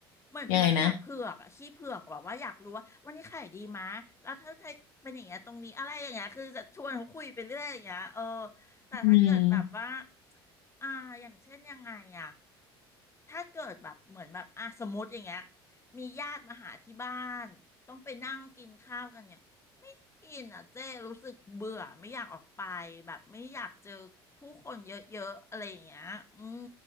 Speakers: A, on the left; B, on the left.
A: เหมือนเป็นลักษณะเผือกอะขี้เผือกแบบว่าอยากรู้ว่าวันนี้ขายดีมะแล้วถ้าไทยเป็นอย่างเงี้ยตรงนี้อะไรอย่างเงี้ยคือจะชวนเขาคุยไปเรื่อยอย่างเงี้ยเออ
B: ยังไงนะ
A: แต่ถ้าเกิดแบบว่า
B: อืม
A: อ่าอย่างเช่นยังไงอะถ้าเกิดแบบเหมือนแบบอ่ะสมมติอย่างเงี้ยมีญาติมาหาที่บ้านต้องไปนั่งกินข้าวกันเนี่ยไม่อินอ่ะเจ้รู้สึกเบื่อไม่อยากออกไปแบบไม่อยากเจอผู้คนเยอะๆอะไรอย่างเงี้ยอืม